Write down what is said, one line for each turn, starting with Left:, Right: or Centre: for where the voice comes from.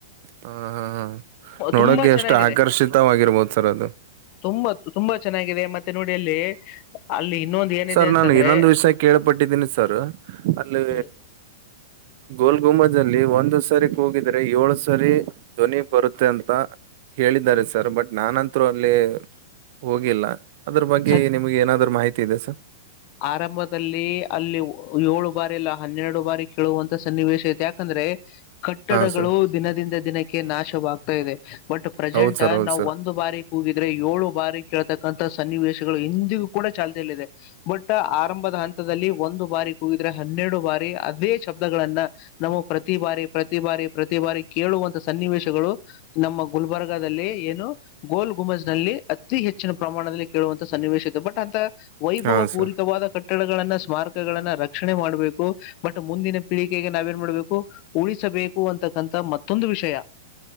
Right: ಹ ಹಾ ಹಾ ನೋಡೋಕ್ಕೆ
Left: ತುಂಬಾ ಚೆನ್ನಾಗಿದೆ
Right: ಎಷ್ಟು ಆಕರ್ಷಿತವಾಗಿರ್ಬೋದು ಸರ್ ಅದು
Left: ತುಂಬಾ ತುಂಬಾ ಚೆನ್ನಾಗಿದೆ ಮತ್ತೆ ನೋಡಿ ಅಲ್ಲಿ ಅಲ್ಲಿ ಇನ್ನೊಂದು ಏನಿದೆ
Right: ಸರ್
Left: ಅಂತಂದ್ರೆ
Right: ನಾನು ಇನ್ನೊಂದು ವಿಷಯ ಕೇಳಳ್ಪಟ್ಟಿದ್ದೀನಿ ಸರ್ ಅಲ್ಲಿ
Left: ಹೇಳಿ
Right: ಗೋಲ್ಗುಮದಲ್ಲಿ ಒಂದು ಸರಿ ಕೂಗಿದ್ರೆ ಏಳು ಸರಿ ಧ್ವನಿ ಬರುತ್ತೆ ಅಂತ ಹೇಳಿದ್ದಾರೆ ಸರ್ ಬಟ್ ನಾನಂತೂ ಅಲ್ಲಿ ಹೋಗಿಲ್ಲ ಅದ್ರ ಬಗ್ಗೆ
Left: ಸತ್
Right: ನಿಮ್ಗೆ ಏನಾದ್ೂ ಮಾಹಿತಿ ಇದೆ ಸರ್
Left: ಆರಂಭದಲ್ಲಿ ಅಲ್ಲಿ ಏಳು ಬಾರಿ ಎಲ್ಲ ಹನ್ನೆರಡು ಬಾರಿ ಕೇಳುವಂತ ಸನ್ನಿವೇಶ ಐತೆ ಯಾಕಂದ್ರೆ ರ ಕಟ್ಟಡಗಳು
Right: ಹಾ ಸರ್
Left: ದಿನದಿಂದ ದಿನಕ್ಕೆ ನಾಶವಾಗ್ತಾ ಇದೆ ಬಟ್ ಪ್ರೆಸೆಂಟ್
Right: ಹೌದ್ ಸರ್ ಹೌದ್
Left: ನಾವ್
Right: ಸರ್
Left: ಒಂದು ಬಾರಿ ಹೋಗಿದ್ರೆ ಏಳು ಬಾರಿ ಕೇಳ್ತಕ್ಕಂತಥ ಸನ್ನಿವೇಶಗಳು ಇಂದಿಗೂ ಕೂಡ ಚಾಲ್ತಿಯಲ್ಲ ಇಿದೆ ಬಟ್ ಆರಂಭದ ಹಂತದಲ್ಲಿ ಒಂದು ಬಾರಿ ಕೂಗಿದ್ರೆ ಹನ್ನೆರಡು ಬಾರಿ ಅದೇ ಶಬ್ದಗಳನ್ನ ನಾವು ಪ್ರತಿ ಪ್ರತಿ ಬಾರಿ ಪ್ರತಿ ಬಾರಿ ಪ್ರತಿ ಬಾರಿ ಕೇಳುವಂತ ಸನ್ನಿವೇಶಗಳು ನಮ್ಮ ಗುಲ್ಬರ್ಗಲ್ಲಿ ಏನು ಗೋಲ್ ಗುಮಜ್ ನಲ್ಲಿ ಅತಿ ಹೆಚ್ಚಿನ ಪ್ರಮಾಣದಲ್ಲಿ ಕೇಳುವಂತ ಸ ನಿವೇಶಿತ ಬಟ್ ಅಂತ ವೈಭವ
Right: ಹಾ
Left: ಪೂರಿತವಾದ
Right: ಸರ್
Left: ಕಟ್ಟ ಕಟ್ಟಡಗಳನ್ನ ಸ್ಮಾರಕಗಳನ್ನ ರಕ್ಷಣೆ ಮಾಡ್ಬೇಕು ಮಟ್ ಮುಂದಿನ ಪೀಳಿಗೆಗೆ ನಾವೇನ್ ಮಾಡಬೇಕು ಉಳಿಸ ಬೇಕು ಅಂತಕ್ಕಂತ ಮತ್ತೊಂದು ವಿಷಯ